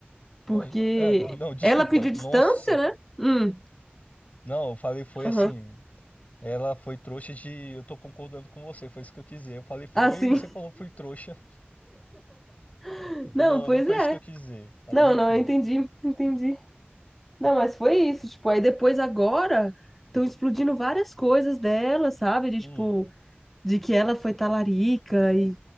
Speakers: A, on the left; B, in the centre.
A: Foi.
B: Porque
A: É, não, desculpa.
B: ela pediu distância,
A: Nossa.
B: né? Hum,
A: Não, eu falei, foi
B: aham.
A: assim. Ela foi trouxa de. Eu tô concordando com você, foi isso que eu quis dizer. Eu falei, foi,
B: Ah, sim.
A: e você falou, foi trouxa.
B: <laughs>
A: <laughs>
B: Não,
A: Não,
B: pois
A: não foi
B: é.
A: isso que eu quis dizer. Mas
B: Não,
A: enfim.
B: não, eu entendi, entendi. Não, mas foi isso, tipo, aí depois agora estão explodindo várias coisas dela, sabe? De tipo,
A: Hum,
B: de que ela foi talarica e